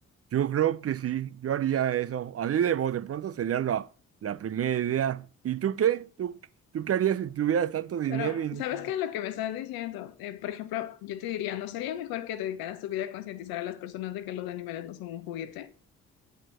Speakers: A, on the right; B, on the left.
A: yo creo que sí, yo haría eso. Así de vos, de pronto sería la, la primera idea. ¿Y tú qué? ¿Tú, tú qué harías si tuvieras tanto dinero
B: Pero,
A: y no
B: ¿sabes
A: tienes-
B: qué? Lo que me estás diciendo, eh, por ejemplo, yo te diría, ¿no sería mejor que dedicaras tu vida a concientizar a las personas de que los animales no son un juguete